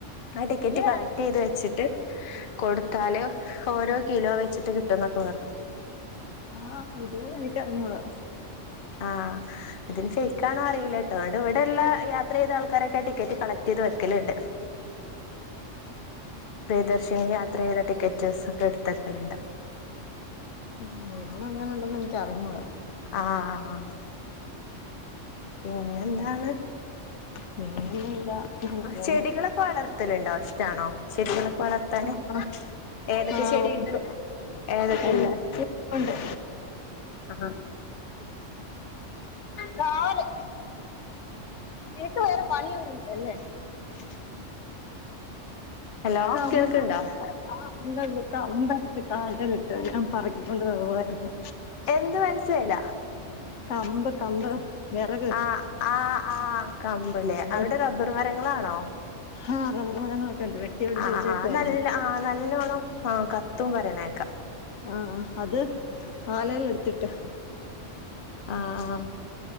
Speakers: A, on the left (about 50°); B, on the left (about 70°).
A: ആ ടിക്കറ്റ്
B: ഇഞ്ഞ് പറ
A: കളക്ട് ചെയ്ത് വെച്ചിട്ട് കൊടുത്താല് ഓരോ കിലോ വെച്ചിട്ട് കിട്ടുംന്നൊക്കെ പറഞ്ഞു
B: ആഹ് ഇത് എനിക്കറിഞ്ഞൂടാ
A: ആഹ അതിന് ണോ അറീല്ലട്ടോ ഇവിടെ എല്ലാ യാത്ര ചെയ്ത ആൾക്കാരൊക്കെ ടിക്കറ്റ് കളക്ട് ചെയ്ത് വെക്കൽണ്ട് പ്രിയദർശിനി യാത്ര ചെയത ടിക്കെറ്റ്സ് ഒക്കെ എട്ത്തക്കൽണ്ട്
B: ആ ഇവിടെ അങ്ങനെ ഉണ്ടന്ന് എനിക്കറിഞ്ഞൂട
A: ആഹ ആ ആ പിന്നെ എന്താണ്
B: പിന്നൊന്നുല്ല അങ്ങനെ പോന്നു
A: ചെടികളൊക്കെ വളർത്തലുണ്ടോ ഇഷ്ടാണോ ചെടികളൊക്കെ വളർത്താന്
B: ആ
A: ഏതൊക്കെ
B: ആ
A: ചെടിയുണ്ട്
B: ഒണ്ട്
A: ഏതൊക്കെയുണ്ട്
B: എല്ലാരുണ്ട്.
A: <unintelligible>
B: കാല് നിനക്ക് വേറെ പണിയൊന്നുല്ലല്ലേ? <unintelligible>
A: ഹലോ
B: ആ ഒണ്ട്
A: കേൾക്ക്ണ്ടോ
B: ഒണ്ട് കമ്പ് എടുത്തു കാലേൽ ഇട്ട് ഞാൻ പറക്കിക്കൊണ്ട് പോവായിരുന്നു.
A: എന്ത് മനസ്സിലായില്ല?
B: കമ്പ് കമ്പ്. വെറക്
A: ആ ആ ആ കമ്പല്ലേ
B: അത്
A: അവിടെ റബ്ബർ മരങ്ങളാണോ?
B: ആ റബ്ബർ മരങ്ങളൊക്കെ ഉണ്ട് വെട്ടിയൊടിച്ച്
A: ആ
B: വെച്ചേക്കുവായിരുന്നു.
A: നല്ല ആ നല്ലോണം ആ കത്തും പറയ്ണേക്കാ.
B: ആഹ അത് കാലേൽ എടുത്തിട്ട്.
A: ആഹ ആഹ